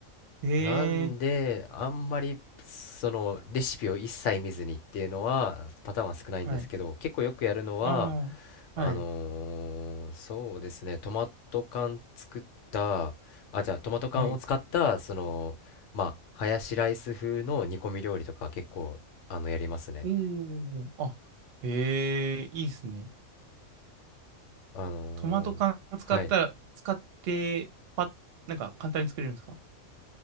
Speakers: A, on the right (about 55°); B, on the left (about 65°).
A: え
B: なんで、
A: え、
B: あんまり、その、レシピを一切見ずにっていうのは、パターンは少ないんですけど、
A: はい。
B: 結構よくやるのは、
A: ああ、
B: あのーそうですね、
A: はい、
B: トマト缶作った、あ、じゃあ、トマト缶を使った、
A: はい。
B: その、まあ、ハヤシライス風の煮込み料理とか結構、あの、やりますね。
A: おーあ、へえ、いいっすね。
B: あのーはい。
A: トマト缶使ったら、使って、パッ、なんか簡単に作れるんですか